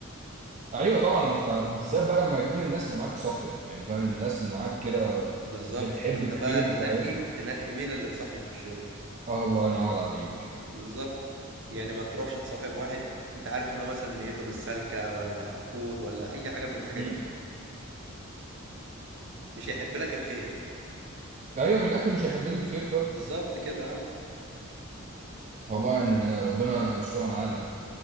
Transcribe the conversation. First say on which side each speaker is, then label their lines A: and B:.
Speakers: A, on the right; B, on the right.
A: أيوه طبعا أنت بالذات بقى لما يكون الناس اللي معاك صافية يعني فاهم الناس اللي معاك كده
B: بالظبط
A: بتحب
B: ما انت
A: الخير
B: بقى تنقي
A: فاهم
B: تنقي مين اللي تصاحبه في الشغل
A: آه الله ينور عليك
B: بالظبط يعني ما تروحش تصاحب واحد انت عارف ان هو مثلا نيته مش سالكة ولا حقود ولا اي حاجة من الحاجات
A: امم
B: دي مش هيحب لك الخير
A: أيوه من الآخر مش هيحب لي الخير فاهم
B: بالظبط كده
A: والله يعني آه، ربنا يسترها معانا